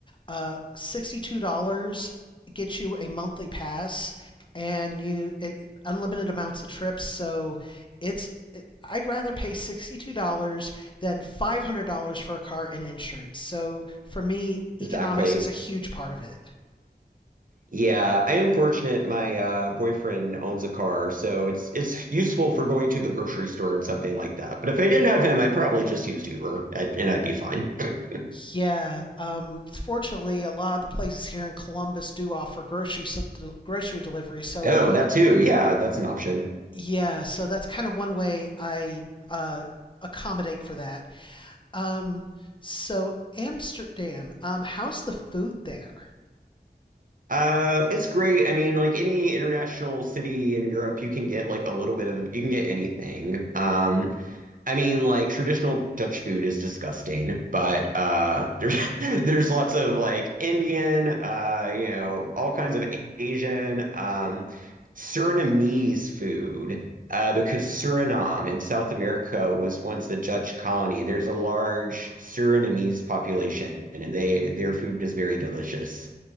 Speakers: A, on the left; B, on the right.
A: Uh, $62 gets you a monthly pass and you it, unlimited amounts of trips. So it's it- I'd rather pay $62 than $500 for a car and insurance. So for me, economics
B: Exactly.
A: is a huge part of it.
B: Yeah, I am fortunate. My uh, boyfriend owns a car, so it's it's useful for going to the grocery store and something like that. But if I didn't have him, I'd probably just use Uber and, and I'd be fine. <clears throat>
A: Yeah, um, fortunately, a lot of the places here in Columbus do offer grocery so, grocery delivery. So
B: Oh, that too. Yeah, that's an option.
A: yeah, so that's kind of one way I uh, accommodate for that. Um, so Amsterdam, um, how's the food there?
B: Uh, it's great. I mean, like any international city in Europe, you can get like a little bit of you can get anything. Um, I mean, like traditional Dutch food is disgusting, but uh, there's <laughs> there's lots of like Indian, uh, you know, all kinds of Asian, um, Surinamese food, uh, because Suriname in South America was once the Dutch colony. There's a large Surinamese population, and they their food is very delicious.